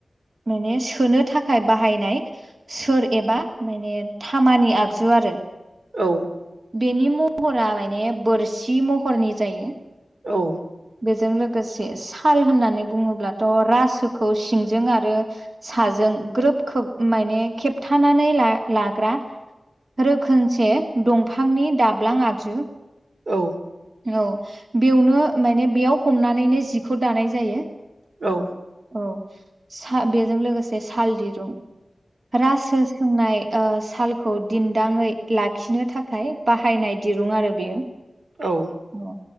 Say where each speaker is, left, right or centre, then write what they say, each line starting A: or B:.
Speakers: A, on the right; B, on the right.
A: माने सोनो थाखाय बाहायनाय सोर एबा माने थामानि आगजु आरो।
B: औ
A: बेनि महरा माने बोरसि महरनि जायो।
B: औ
A: बेजों लोगोसे साल होननानै बुङोब्लाथ' रासोखौ सिंजों आरो आरो साजों ग्रोब खेब माने खेबथानानै ला-लाग्रा रोखोमसे दंफांनि दाब्लां आगजु।
B: औ
A: औ बेवनो माने बेयाव हमनानैनो जिखौ दानाय जायो।
B: औ
A: औ सा बेजों लोगोसे साल दिरुं। रासो सोंनाय ओ सालखौ दिन्दाङै लाखिनो थाखाय बाहायनाय दिरुं आरो बेयो।
B: औ
A: औ